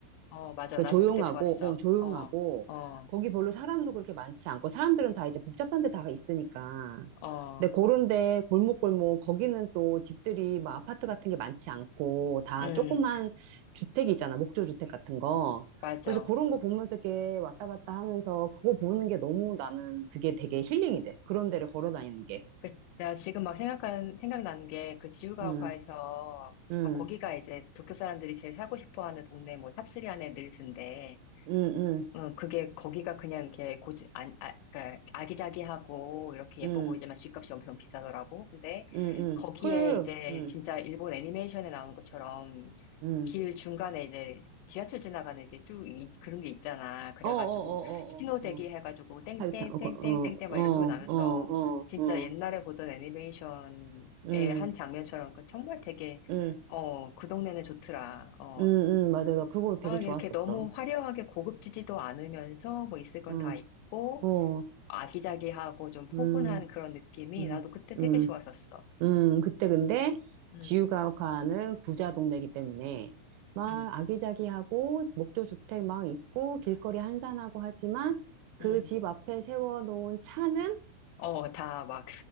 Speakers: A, on the left; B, on the right.
A: 어, 맞아.
B: 그
A: 나도
B: 조용하고,
A: 그때 좋았어.
B: 어, 조용하고,
A: 어, 어,
B: 거기 별로 사람도 그렇게 많지 않고, 사람들은 다 이제 복잡한 데 다 있으니까.
A: 어.
B: 근데 그런데 골목골목, 거기는 또 집들이 막 아파트 같은 게 많지 않고, 다
A: 응.
B: 조그만 주택이 있잖아, 목조주택 같은 거.
A: 맞아.
B: 그래서 그런 거 보면서 이렇게 왔다 갔다 하면서 그거 보는 게 너무 나는 그게 되게 힐링이 돼. 그런 데를 걸어 다니는 게.
A: 그, 내가 지금 막 생각한, 생각난 게 그 지우가오카에서
B: 응, 응,
A: 어, 거기가 이제 도쿄 사람들이 제일 살고 싶어 하는 동네 뭐 탑3 안에 늘 든대.
B: 응, 응,
A: 응, 그게, 거기가 그냥 이렇게 고지, 안, 아, 그러니까 아기자기하고 이렇게 예뻐
B: 응,
A: 보이지만 집값이 엄청 비싸더라고. 근데
B: 응, 응.
A: 거기에
B: 그래,
A: 이제
B: 응,
A: 진짜 일본 애니메이션에 나오는 것처럼
B: 응.
A: 길 중간에 이제 지하철 지나가는 게 쭉 그런 게 있잖아. 그래가지고
B: 어, 어, 어,
A: 신호대기
B: 어, 어. 어.
A: 해가지고 땡땡땡땡땡땡
B: 사계탕, 어, 거- 어,
A: 막
B: 어,
A: 이런 소리 나면서
B: 어,
A: 진짜
B: 어, 어,
A: 옛날에 보던 애니메이션의
B: 음,
A: 한 장면처럼 그 정말 되게
B: 음,
A: 어, 그 동네는 좋더라. 어,
B: 음, 음, 맞아. 나 그거
A: 막
B: 되게 좋았었어.
A: 이렇게 너무 화려하게 고급지지도 않으면서 뭐 있을 건
B: 응,
A: 다 있고
B: 어,
A: 아기자기하고 좀 포근한
B: 음,
A: 그런 느낌이
B: 음,
A: 나도 그때 되게
B: 음,
A: 좋았었어.
B: 음. 그때 근데
A: 음,
B: 지우가오카는 부자 동네이기 때문에 막
A: 음,
B: 아기자기하고 목조 주택 막 있고 길거리 한산하고 하지만 그
A: 음.
B: 집 앞에 세워놓은 차는
A: 어, 다 막,